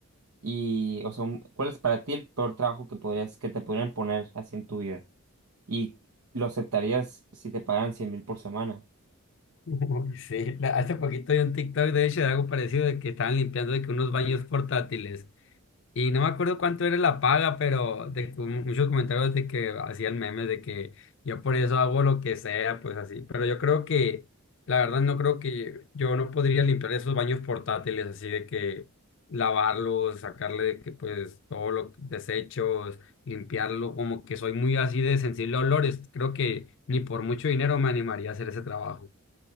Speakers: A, on the right; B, on the left.
A: Y, o sea, un- ¿cuál es para ti el peor trabajo que podrías, que te podrían poner así en tu vida? Y lo aceptarías si te pagaran cien mil por semana,
B: <laughs> Uy, sí, la- hace poquito vi un TikTok de hecho de algo parecido de que estaban limpiando de que unos baños portátiles. Y no me acuerdo cuánto era la paga, pero de, que mu- muchos comentarios de que hacían memes de que yo por eso hago lo que sea, pues así. Pero yo creo que, la verdad, no creo que yo no podría limpiar esos baños portátiles, así de que lavarlos, sacarle de que pues todos los desechos, limpiarlo, como que soy muy así de sensible a olores. Creo que ni por mucho dinero me animaría a hacer ese trabajo.